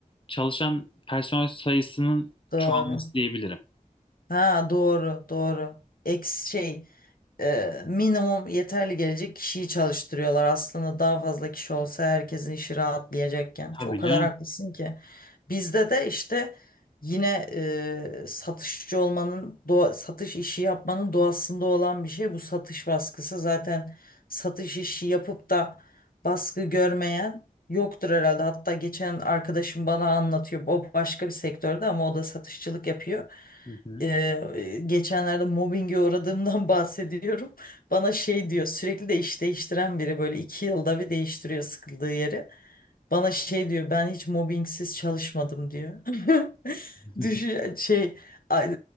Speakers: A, on the left; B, on the left.
A: çalışan personel sayısının
B: Doğru.
A: çoğalması diyebilirim.
B: Ha doğru doğru. Eks şey e, minimum yeterli gelecek kişiyi çalıştırıyorlar. Aslında daha fazla kişi olsa herkesin işi rahatlayacakken.
A: Tabii
B: Çok o kadar
A: canım.
B: haklısın ki. Bizde de işte yine e, satışçı olmanın doğa, satış işi yapmanın doğasında olan bir şey bu satış baskısı. Zaten satış işi yapıp da baskı görmeyen yoktur herhalde. Hatta geçen arkadaşım bana anlatıyor. O başka bir sektörde ama o da satışçılık yapıyor
A: Hı hı.
B: e, geçenlerde mobbinge uğradığımdan <laughs> bahsediyorum. Bana şey diyor sürekli de iş değiştiren biri böyle iki yılda bir değiştiriyor sıkıldığı yeri. Bana şey diyor ben hiç mobbingsiz çalışmadım diyor. <laughs>
A: <laughs>
B: Düşün şey ay-